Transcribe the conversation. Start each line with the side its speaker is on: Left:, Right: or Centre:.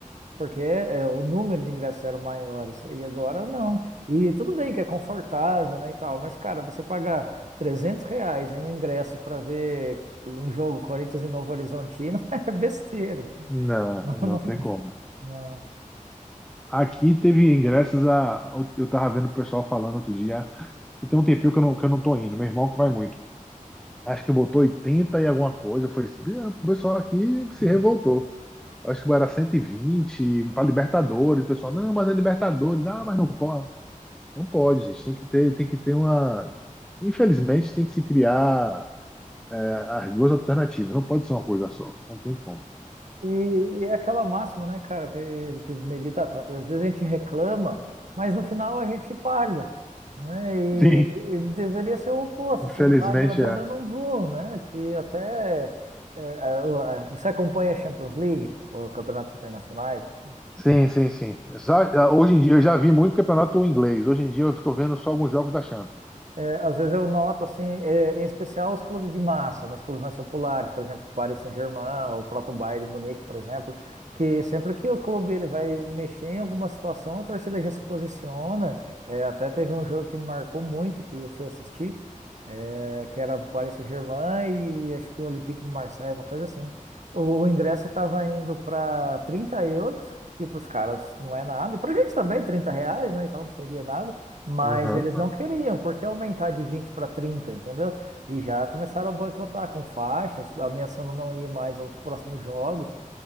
Right: Porque é, o número de ingressos eram maiores e agora não. E tudo bem que é confortável, né, e tal, mas, cara, você pagar 300 reais em um ingresso para ver um jogo Corinthians e Novo Horizontino <laughs> é besteira.
Centre: não,
Right: Não,
Centre: não
Right: não,
Centre: tem como.
Right: não.
Centre: Aqui teve ingressos a. Eu tava vendo o pessoal falando outro dia, e tem um tempinho que eu não, que eu não tô indo, meu irmão que vai muito. acho que botou 80 e alguma coisa. Foi, ah, o pessoal aqui se
Right: Hum.
Centre: revoltou. Acho que era 120 para Libertadores. O pessoal,
Right: hum.
Centre: não, mas é Libertadores. Ah, mas não pode. Não pode, gente. Tem que ter, tem que ter uma. Infelizmente, tem que se criar é, as duas alternativas. Não pode ser uma coisa só. Não tem como.
Right: E, e é aquela máxima, né, cara, que a gente medita tanto. Às vezes a gente reclama, mas no final a gente paga, né? E,
Centre: Sim,
Right: e deveria ser o oposto.
Centre: infelizmente
Right: Se não está agradando,
Centre: é.
Right: eu não vou, né? Que até eh, a- a- você acompanha a Champions League ou campeonatos internacionais? assim?
Centre: Sim, sim, sim. Sabe, hoje em dia eu já vi muito campeonato inglês. Hoje em dia eu estou vendo só alguns jogos da Champions.
Right: É, às vezes eu noto, assim, é, em especial os clubes de massa, nos clubes mais populares, por exemplo, Paris Saint-Germain, o próprio Bayern de Munique, por exemplo, que sempre que o clube ele vai mexer em alguma situação, a torcida já se posiciona. É, até teve um jogo que me marcou muito, que eu fui assistir, é, que era Paris Saint-Germain e acho que o Olympique de Marseille, uma coisa assim. O, o ingresso estava indo para 30 euros, que para os caras não é nada, e para a gente também, 30 reais, né, e tal, não seria nada. Mas
Centre: Aham.
Right: eles não queriam, porque aumentar de 20 para 30, entendeu? E já começaram a boicotar com faixas, ameaçando não ir mais aos próximos jogos.